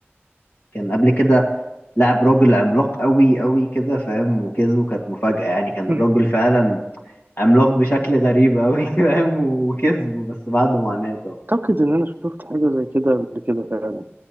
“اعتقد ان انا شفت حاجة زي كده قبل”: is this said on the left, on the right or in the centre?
Right